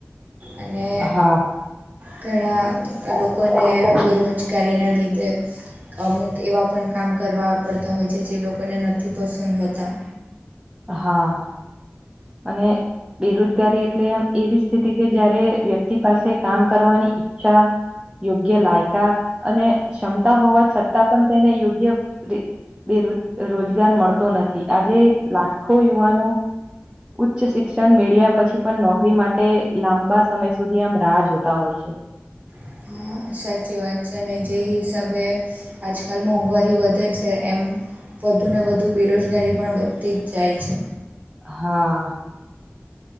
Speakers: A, on the right; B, on the right.
A: અને
B: હા
A: ઘણા
B: લોકો
A: લોકોને બેરોજગારીના લીધે અમુક એવા પણ કામ કરવા પડતા હોય છે જે લોકોને નથી પસંદ હોતા.
B: <inaudible> અને બેરોજગારી એટલે આમ એવી સ્થિતિ કે જયારે વ્યક્તિ પાસે કામ કરવાની ચ્છા યોગ્ય લાયકાત અને ક્ષમતા હોવા છતાં પણ તેને યોગ્ય બેરોજ રોજગાર મળતો નથી આજે લાખો યુવાનો ઉચ્ચ શિક્ષણ મેળવ્યા પછી પણ નોકરી માટે લાંબા સમય સુધી આમ રાહ જોતા હોય છે.
A: <inaudible> સાચી વાત છે અને જે હિસાબે આજકાલ મોંઘવારી વધે છે એમ વધુને વધુ બેરોજગારી પણ વધતી જ જાય છે.
B: <inaudible>